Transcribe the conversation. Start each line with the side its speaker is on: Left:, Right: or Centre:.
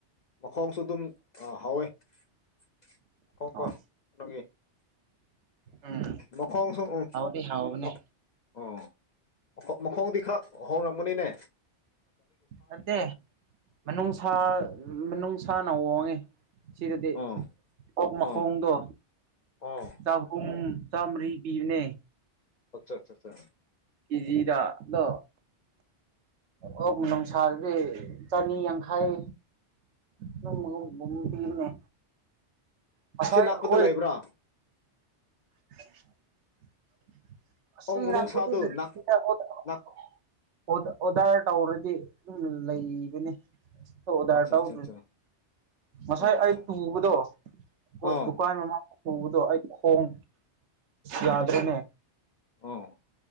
Left: ꯃꯈꯣꯡꯁꯨ ꯑꯗꯨꯝ ꯑꯥ ꯍꯥꯎꯋꯦ <unintelligible>
Right: ꯍꯣꯏ ꯎꯝ
Left: ꯃꯈꯣꯡꯁꯨ ꯎꯝ
Right: ꯍꯥꯎꯗꯤ ꯍꯥꯎꯕꯅꯦ
Left: ꯃ ꯑꯣ ꯃꯈꯣꯡꯗꯤ ꯈꯔ ꯍꯣꯡꯉꯝꯒꯅꯤꯅꯦ
Right: ꯅꯠꯇꯦ ꯃꯅꯨꯡꯁꯥ ꯃꯅꯨꯡꯁꯥꯅ ꯍꯣꯡꯉꯦ ꯁꯤꯗꯗꯤ
Left: ꯑꯥ
Right: ꯑꯣꯛ ꯃꯈꯣꯡꯗꯣ
Left: ꯑꯥ ꯑꯥ
Right: ꯆꯍꯨꯝ ꯆꯥꯝꯃꯔꯤ ꯄꯤꯕꯅꯦ
Left: ꯑꯆꯥ ꯑꯆꯥ ꯆꯥ
Right: ꯀꯤꯖꯤꯗ ꯑꯗꯣ ꯑꯣꯛ ꯃꯅꯨꯡꯁꯥꯗꯗꯤ ꯆꯅꯤ ꯌꯥꯡꯈꯩ <inaudible> ꯄꯤꯕꯅꯦ ꯉꯁꯥꯏ
Left: ꯁꯤ ꯅꯛꯄꯗ
Right: ꯑꯩꯈꯣꯏ
Left: ꯂꯩꯕ꯭ꯔꯣ
Right: <unintelligible> <unintelligible>
Left: ꯑꯧ ꯃꯅꯨꯡꯁꯥꯗꯨ ꯅꯥꯛ
Right: ꯑꯣꯗ
Left: ꯅꯥꯛ
Right: ꯑꯣꯗꯔ ꯇꯧꯔꯗꯤ ꯑꯗꯨꯝ ꯂꯩꯕꯅꯦ ꯑꯣꯗꯔ
Left: ꯑꯠꯆꯥ
Right: ꯇꯧ
Left: ꯑꯠꯆꯥ ꯑꯠꯆꯥ
Right: ꯉꯁꯥꯏ
Left: ꯑꯥ
Right: ꯑꯩ
Left: ꯑꯥ
Right: ꯇꯨꯕꯗꯣ ꯄꯣꯠ
Left: ꯑꯥ
Right: ꯗꯨꯀꯥꯟ ꯃꯃꯥꯡ ꯇꯨꯕꯗꯣ ꯑꯩ ꯈꯣꯡ ꯌꯥꯗ꯭ꯔꯦꯅꯦ
Left: ꯑꯣ